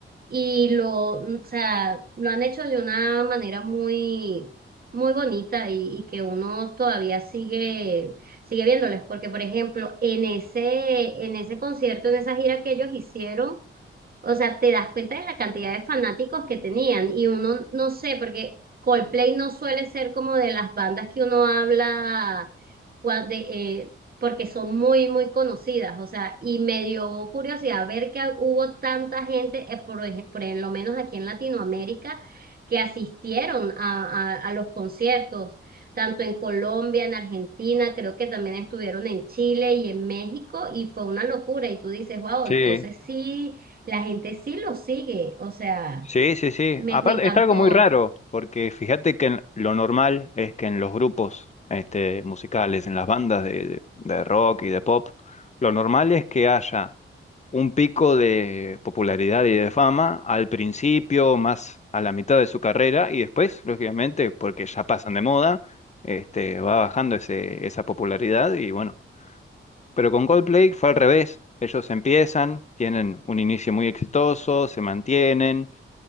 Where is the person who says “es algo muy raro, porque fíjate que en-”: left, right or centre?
Left